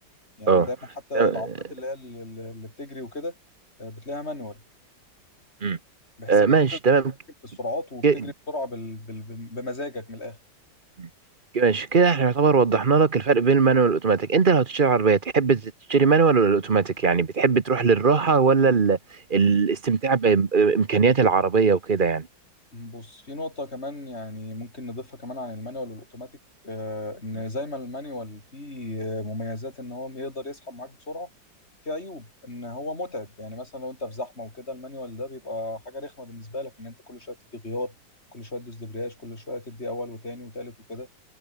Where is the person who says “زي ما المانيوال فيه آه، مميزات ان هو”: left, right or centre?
Left